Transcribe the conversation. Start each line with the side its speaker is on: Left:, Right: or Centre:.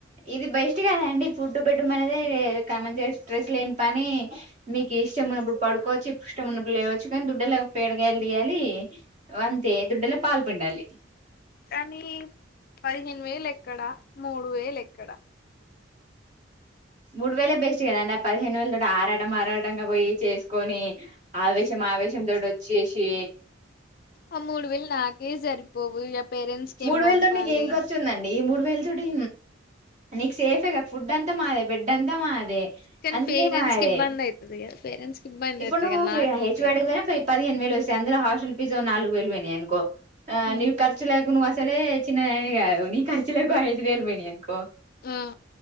Right: ఇది బెస్ట్ కదండి. ఫుడ్డు బెడ్డు మనదే ఇంకా మంచిగా స్ట్రెస్ లేని పని మీకు ఇష్టం ఉన్నప్పుడు పడుకోవచ్చు. ఇష్టం ఉన్నప్పుడు లేవచ్చు. కానీ దుడ్డేల పేడకయలు తీయాలి. అంతే దుడ్డేల పాలు పిండాలి.
Left: కానీ పదిహేను వేలు ఎక్కడా మూడు వేలు ఎక్కడా
Right: మూడు వేలే బెస్ట్ కదండి. పదిహేను వేల తోటి ఆరాటం ఆరాటంగా పోయి చేసుకొని ఆవేశం ఆవేశం తోటి వోచ్చేసి
Left: ఆ మూడు వేలు నాకే సరిపోవు పేరెంట్స్కి
Right: మూడు
Left: ఏం
Right: వేల
Left: పంపాలి.
Right: తోటి నీకు ఏం ఖర్చు ఉందండి ఈ మూడు వేల తోటి నీకు సేఫె గా ఫుడ్డు అంతా మాదే ఫుడ్ అంత మాదే
Left: కానీ
Right: అన్నీ
Left: పేరెంట్స్
Right: మావె
Left: కి ఇబ్బంది అవుతుంది కదా పేరెంట్స్ కి ఇబ్బంది
Right: ఇప్పుడు
Left: అవుతుంది
Right: నువ్వు
Left: కదా నాకు
Right: హెచ్
Left: ఓకేనా
Right: ఓ డి గా పదిహేను వేలు వస్తాయి. అందులో హాస్టల్ ఫీజో నాలుగు వేల్వే నాయి అనుకో ఆ
Left: ఉమ్,
Right: నీ ఖర్చ్ లకు నువ్వు ఆస్ సలే చిన్నదానివి గాదు నీ కర్చలే <unintelligible> ఐదు వేలు పోయినాయి అనుకో
Left: ఆ